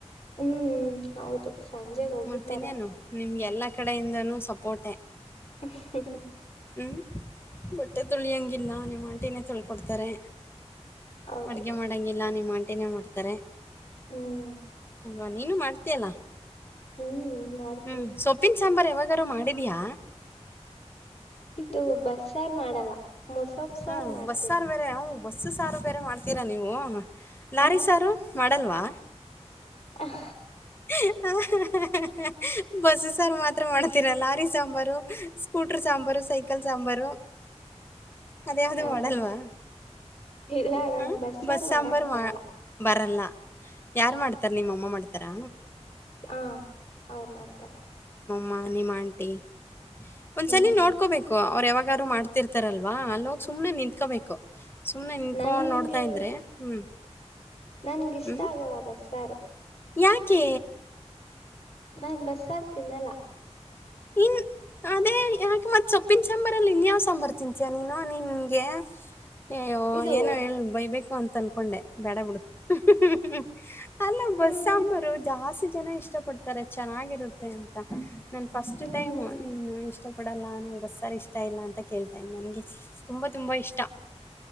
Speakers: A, on the left; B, on the left.
A: ಹ್ಮ್ ಹ್ಮ್ ಹೌದು ಸಂಜೆಗೆ ಒಗಿತಾರೆ
B: ಮತ್ತಿನ್ನೇನು ನಿಮ್ಗೆ ಎಲ್ಲ ಕಡೆಯಿಂದನೂ ಸಪೋರ್ಟೆ
A: ಹ್ ಹ್ಮ್ ಹ್ಮ್
B: ಹ್ಮ್ ಬಟ್ಟೆ ತೊಳಿಯಂಗಿಲ್ಲ ನಿಮ್ಮ ಆಂಟಿ ಟೀನೆ ತೊಳ್ಕೊಡ್ತಾರೆ
A: ಹೌದು
B: ಅಡ್ಗೆ ಮಾಡಂಗಿಲ್ಲ ನಿಮ್ ಆಂಟಿ ಅಂಟಿನೆ ಮಾಡ್ತಾರೆ
A: ಹ್ಮ್
B: ಅ ನೀನು ಮಾಡ್ತಿಯಲ್ಲಾ
A: ಹ್ಮ್ ಮಾಡ್ತೀನಿ
B: ಹ್ಮ್ ಸೊಪ್ಪಿನ್ ಸಾಂಬಾರ ಯಾವಾಗಾರೂ ಮಾಡಿದೀಯಾ
A: ಇದು ಬಸ್ಸಾರ್ ಮಾಡಲ್ಲಾ ಮೋಸೋಪ್ಸಾರು
B: ಹ್ಮ್
A: ಮಾಡ್ತೀನಿ
B: ಬಸ್ಸಾರು ಬೇರೆ ಹ್ಞೂ ಬಸ್ಸು ಸಾರು ಬೇರೆ ಮಾಡ್ತೀರಾ ನೀವು ಲಾರಿ
A: ಹ
B: ಸಾರು ಮಾಡ್ತ ಮಾಡಲ್ವಾ
A: ಹ
B: ಹ ಹಾ ಹಾ ಹ್ ಬಸ್ಸ ಸಾರು ಮಾಡ್ ಇತರ ಮಾಡ್ತೀರಾ lorry sambar scooter sambar cycle sambar ಅದ ಯಾವ್ದು
A: ನಂಗ್
B: ಮಾಡಲ್ವಾ
A: ಇಲ್ಲ ನಂಗ್
B: ಹ
A: ಬಸ್ಸಾರ್
B: ಬಸ್
A: ಮಾಡಕ್
B: ಸಾಂಬಾರ್
A: ಬರಲ್ಲ
B: ಮಾ ಬರಲ್ಲಾ ಯಾರ್ ಮಾಡ್ತಾರ ನಿಮ್ಮ ಅಮ್ಮ ಮಾಡ್ತಾರಾ
A: ಹಾ ಅವ್ರು ಮಾಡ್ತಾರೆ
B: ಮಾ ನಿಮ್ ಆಂಟಿ ಒಂದ್ಸಲಿ
A: ಹ್ಮ್
B: ನೋಡ್ಕೋಬೇಕು ಅವ್ರ ಯಾವಾಗ್ ಯಾವಗಾರು ಮಾಡ್ತಿರ್ತಾರಲ್ವಾ ಅಲ್ಲೋಗ್ ಸುಮ್ನೆ ನಿಂತ್ಕೋಬೇಕು ಸುಮ್ನೆ ನಿಂತ್ಕೊಂಡ್
A: ನಂಗೆ
B: ನೋಡ್ತಾ ಇದ್ರೆ ಹ್ಮ್
A: ನನ್ಗ ಇಷ್ಟಾ
B: ಹ್ಮ್
A: ಆಗಲ್ಲ ಬಸ್ಸಾರು
B: ಯಾಕೆ
A: ನಾನ್ ಬಸ್ಸಾರ್ ತಿನ್ನಲ್ಲಾ
B: ಇನ್ ಅದೇ ಯಾಕೆ ಮತ್ತ್ ಸೊಪ್ಪಿನ ಸಾಂಬಾರಲ್ಲಿ ಇನ್ಯಾವ್ ಸಾಂಬಾರ್ ತಿಂತೀಯ ನೀನು ನಿನ್ಗೆ ಅಯ್ಯೋ
A: ಇದು
B: ಏನೋ ಹೇಳ್ ಬೈಬೇಕು ಅನ್ ತನ್ಕೊಂಡೆ ಬೇಡ ಬಿಡು ಅಹ್ ಹ್ ಹ್ ಅಲ್ಲ ಬಸ್
A: ಹ್ಮ್
B: ಸಾಂಬಾರು ಜಾಸ್ ಜನ ಇಷ್ಟ ಪಡ್ತಾರೆ ಚೆನ್ನಾಗಿರುತ್ತೆ ಅಂತ ನನ್ ಫಸ್ಟ್
A: ಹ್ಮ್
B: ಟೈಮು ನಿ ಇಷ್ ಇಷ್ಟಪಡಲ್ಲ ನಂಗೆ ಬಸ್ಸರ್ ಇಷ್ಟ ಇಲ್ಲ ಅಂತ ಕೇಳ್ತಾ ಇನಿ ನನ್ಗೆ ತುಂಬಾ ತುಂಬಾ ಇಷ್ಟ.